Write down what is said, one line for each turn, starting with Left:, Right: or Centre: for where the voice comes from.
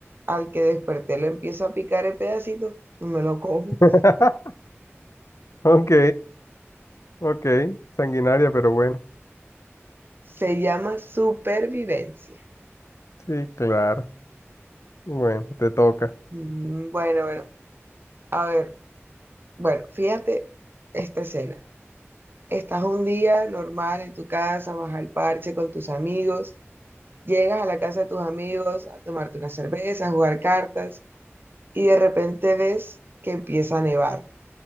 Right: al que desperté lo empiezo a picar en pedacitos y me lo como.
Left: <laughs> Ok, ok. Sanguinaria, pero bueno.
Right: Se llama supervivencia.
Left: Sí, claro. Bueno, te toca.
Right: Mm, Bueno, bueno, a ver. Bueno, fíjate esta escena. Estás un día normal en tu casa, vas al parche con tus amigos, llegas a la casa de tus amigos a tomarte una cerveza, a jugar cartas y de repente ves que empieza a nevar,